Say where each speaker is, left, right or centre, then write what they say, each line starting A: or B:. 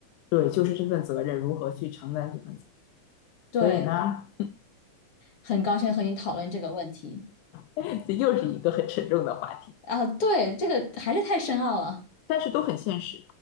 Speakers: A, on the left (about 75°); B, on the left (about 45°).
A: 对，就是这份责任如何去承担这份
B: 对，
A: 所以呢，
B: 很高兴和你讨论这个问题。
A: <laughs> 这又是一个很沉重的话题，
B: 啊，对，这个还是太深奥了。
A: 但是都很现实。